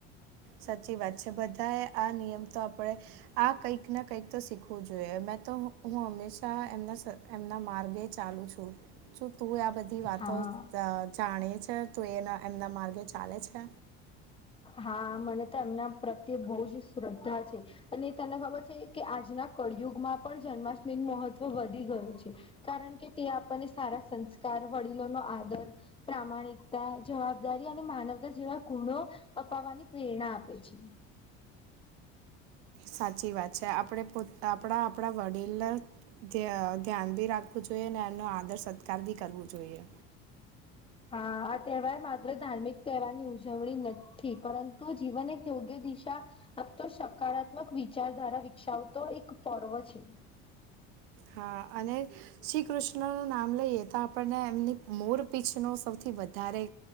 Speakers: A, on the right; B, on the left.
A: સાચી વાત છે બધાએ આ નિયમ તો આપડે. આ કંઈક ના કંઈક તો શીખવું જોઈએ મેં તો હું હંમેશા એમના એમના માર્ગે જ. ચાલુ છું શું તું આ બધું. ની વાતો
B: હા
A: જા જાણીએ છે તો એના એમના માર્ગે ચાલે છે.
B: હા મને તો એમના પ્રત્યે બહુ જ શ્રદ્ધા છે. અને તને ખબર છે કે આજના કળિયુગમાં પણ જન્માષ્ટમીનું મહત્વ વધી ગયું છે. કારણ કે તે આપણને સારા સંસ્કાર વડીલોનો આદર. પ્રામાણિકતા જવાબદારી અને માનવતા જેવા ગુણો અપાવવાની પ્રેરણા આપે છે.
A: સાચી વાત છે આપણે પો આપણા આપણા વડીલ. લ ઘ્ય ધ્યાન બી રાખવું જોઈએ અને એમનો આદર સત્કાર બી કરવો જોઈએ.
B: હા આ તહેવાર માત્ર ધાર્મિક તહેવારની ઉજવણી નથી પરંતુ જીવન એક યોગ્ય દિશા આ તો સકારાત્મક વિચારધારા વિકસાવતો એક પર્વ છે.
A: હા અને શ્રી કૃષ્ણ નું નામ લઈએ તો આપણને એમની મોર પીછનો સૌથી વધારે